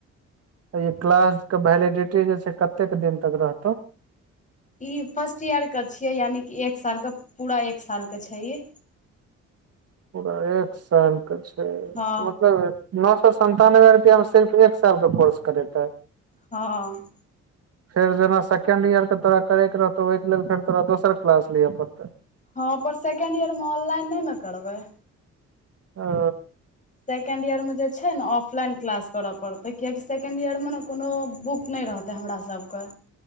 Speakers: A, on the right; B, on the left.
A: तऽ ई क्लास केँ वैलिडिटी जे छै कतेक दिन तक रहतौ
B: ई फर्स्ट ईयर कऽ छियै यानि एक साल कऽ पूरा एक साल कऽ छै ई
A: पूरा एक साल कऽ छै
B: हँ
A: मतलब नो सौ सन्तानबे रुपया मऽ सिर्फ एक साल कऽ कोर्स करेतै
B: हँ
A: <inaudible> फेर जेना सेकेंड ईयर कऽ तोरा करैय कऽ रहतौ ओहि कऽ लेल फेर तोरा दोसर क्लास लिअ पड़तै
B: हँ पर सेकेण्ड इयर मऽ ऑनलाइन नय नऽ करबै
A: अ ओ
B: सेकेण्ड ईयर मे जे छै नऽ ऑफलाइन क्लास करऽ पड़तै कियाकि सेकेण्ड ईयर मऽ नऽ कोनो बुक नय रह तै हमरा सब कऽ